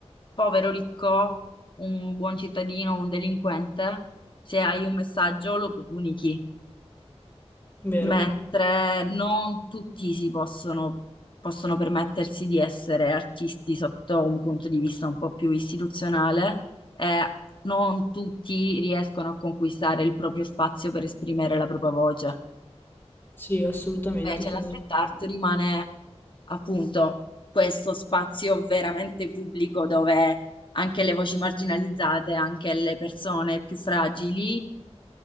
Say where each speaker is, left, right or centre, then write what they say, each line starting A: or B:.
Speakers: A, on the left (about 50°); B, on the left (about 20°).
A: povero ricco, un buon cittadino, un delinquente, se hai un messaggio lo comunichi
B: Vero?
A: mentre non tutti si possono, possono permettersi di essere artisti sotto un punto di vista un po' più istituzionale e non tutti riescono a conquistare il proprio spazio per esprimere la propria voce.
B: Sì, assolutamente
A: Invece
B: sono
A: la street
B: d'accordo.
A: art rimane appunto questo spazio veramente pubblico dove anche le voci marginalizzate, anche le persone più fragili